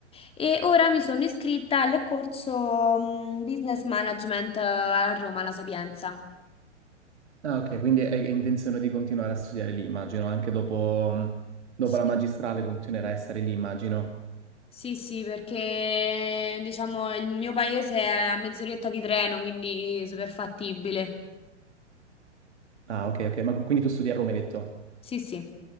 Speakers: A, on the left; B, on the right.
A: E ora mi sono iscritta al corso mm, Business Management eh, a Roma, alla Sapienza.
B: Ah, ok, quindi hai hai intenzione di continuare a studiare lì, immagino, anche dopo, dopo
A: sì.
B: la magistrale continuerai a stare lì, immagino.
A: Sì, sì, perché diciamo il mio paese è a mezz'oretta di treno, quindi super fattibile.
B: Ah, ok, ok, ma qu- quindi tu studi a Roma, hai detto?
A: Sì, sì.